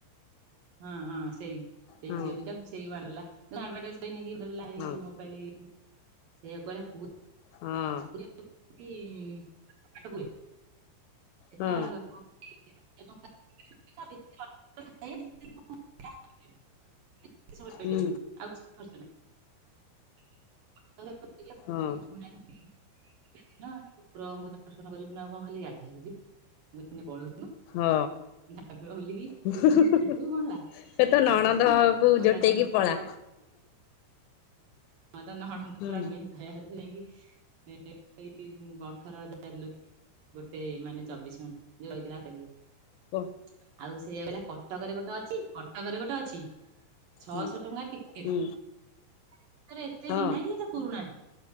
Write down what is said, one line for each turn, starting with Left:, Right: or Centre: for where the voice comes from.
Right: ହଁ ହଁ, ସେଇ। ସେଇ
Left: ହଁ
Right: ଝିଅ ଦିଟାକୁ ସେଇ ମାଡଲା। ନା ଆଡଭାର୍ଟାଇିଜ୍ ପାଇଁ ନେଇ କିଏ ଭାବିଲା ଏଇ
Left: ହଁ
Right: ଯୋଉ ମୋବାଇଲି ସେୟାକୁ କହିଲା ପୁର୍
Left: ହଁ
Right: ପୁରୀ ହଉଚି <unintelligible> ଏଟା
Left: ହଁ
Right: <unintelligible> <unintelligible> କେତେ ସମୟ ରହିପାରିବୁ? ଆଉ କିଛି କରି
Left: ହୁଁ
Right: <unintelligible> <unintelligible> ଗୋଟିଏ
Left: ହଁ
Right: ଦିନ, ଠାକୁରଙ୍କ ଦର୍ଶନ କରିବୁନୁ ଆଉ କଣ ଖାଲି ଗାଧେଇବାକୁ ଯିବୁ? <unintelligible>
Left: ହଁ,
Right: ଠାକୁର ବୁଲିକି
Left: ହୁଁ-ହୁଁ-ହୁଁ-ହୁଁ-ହୁଁ,
Right: ଦି ଦିନ ରହିବୁ କଣ ହେଲା
Left: ଏ ତୋ ନଣନ୍ଦକୁ
Right: ଆଉ କହିଲା
Left: ଜୁଟେଇକି
Right: ନହେଲେ କଟକ
Left: ପଳା।
Right: ହଁ ତା ନଣନ୍ଦ
Left: ହୁଁ
Right: ପୁରା ମେଁ ଫେୟାର ଯାଇ ନେଇକି, ଏଇ ଅଠର ହଜାର ଲୋକ ଗୋଟେ ମାନେ ଚବିଶ ଘଣ୍ଟା <unintelligible>
Left: ହଁ
Right: ଆଉ ସେ ବା କହିଲା କଟକରରେ ଗୋଟେ ଅ ଚି, କଟକରେ ଗୋଟେ ଅଛି ଛଅଶ
Left: ହୁଁ
Right: ଟଙ୍କା ଟିକେଟ୍।
Left: ହୁଁ
Right: ସେଥିରେ ଏତେ
Left: ହଁ
Right: ବି ନାହିଁ ସେଇଟା ପୁରୁଣାଟା।